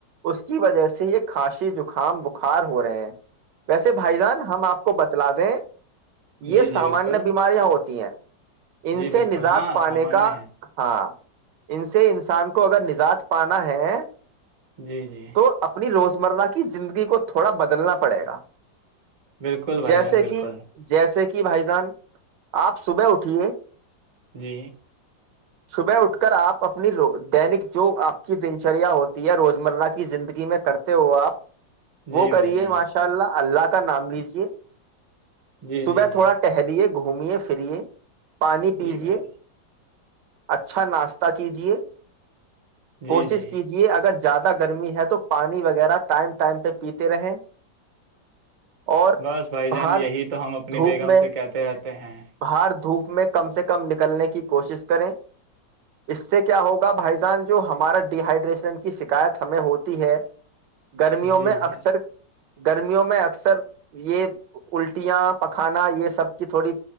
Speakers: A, on the right; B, on the right.
A: اس کی وجہ سے یہ کھاسیی زکام بخار ہو رہے ہیں ویسے بھائی جان ہم آپ کو بتا لا دے یہ
B: جی
A: سامانیہ
B: جی بالکل
A: بیماریاں ہوتی تی ہیں ان
B: جی
A: سے
B: بالکل
A: نجات
B: ہاں
A: پانے
B: سامانیہ
A: کا
B: ہے
A: ہاں ان سے انسان کو اگر نجات پانا ہے
B: جی جی
A: تو اپنی روز مرہ کی زندگی کو تھوڑا بدلنا پڑے گا
B: بالکل بھائی
A: جیسے
B: جان بالکل
A: کہ جیسے کہ کہ بھائی جان آپ صبح اٹھیے
B: جی
A: صبح اٹھ کر آپ اپنی دیرک جو آپ کی دنچریا ہوتی ہے روزمرہ کی زندگی میں کرتے ہو آپ
B: جی
A: وہ
B: بھائی
A: کریے
B: جان
A: ماشاء اللہ اللہ کا نام لیجیے <unintelligible>
B: جی
A: صبح
B: جی جی
A: تھوڑا ٹہلیے گھومیے فریے پانی
B: جی
A: پیجے
B: بھائی
A: اچھا ناشتہ کیجے
B: جی
A: کوشش
B: جی
A: کیجیے اگر زیادہ گرمی ہے تو پانی وغیرہ ٹائم ٹائم پہ پیتے رہیں اور
B: بس بھائی
A: باہر
B: جان یہی تو ہم اپنی
A: دھوپ
B: بیگم
A: میں
B: سے کہتے رہتے ہیں
A: باہر دھوپ میں کم سے کم نکلنے کی کوشش کریں اس سے کیا ہوگا بھائی جان جو ہمارا ڈ ہائیڈریشن کی شکایت ہمیں ہوتی ہے گرمیوں
B: جی
A: میں
B: جی
A: اکثر گرمیوں میں اکثر یہ الٹیاں پکھانا یہ سب کی تھوڑی